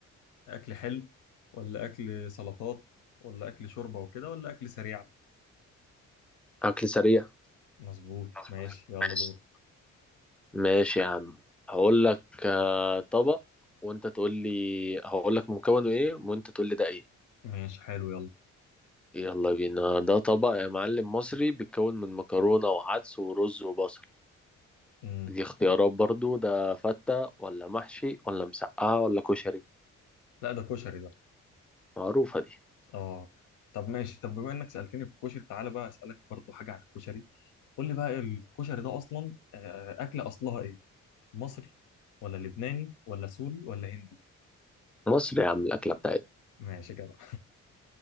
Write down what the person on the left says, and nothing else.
أكل حلو ولا أكل سلطات ولا أكل شوربة وكده ولا أكل سريع؟
مظبوط
ماشي يلا
دور
ماشي حلو يلا
مم.
لا ده كشري ده
اه طب ماشي طب بما انك سألتني في الكشري تعالى بقى أسألك برضو حاجة عن الكشري قول لي بقى الكشري ده أصلا آه، أكلة أصلها إيه؟ مصري ولا لبناني ولا سوري ولا هندي
ماشي كده